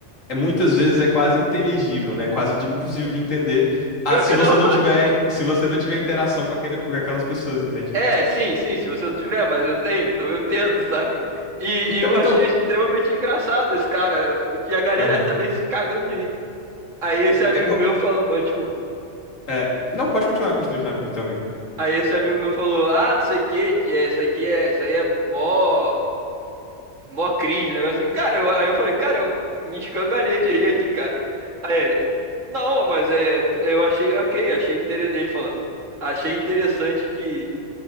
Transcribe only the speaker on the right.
Pior
que
não.
<laughs>
É, sim, sim, se você não tiver, mas eu tenho, então eu tento, sabe? E,
e eu
achei extremamente engraçado esse cara. E a galera
também se cagando de rir. Aí esse
amigo
meu falou. Oi, desculpa.
Aí esse amigo meu falou, ah, não sei o que, é, isso aqui é. Isso aí é mó. Mó cringe, um negócio assim. Cara, eu- aí eu falei, cara, eu me escangalhei de rir aqui, cara. Aí ele, não, mas é. tu- Eu achei, ok, achei interessante. Ele falando, achei interessante que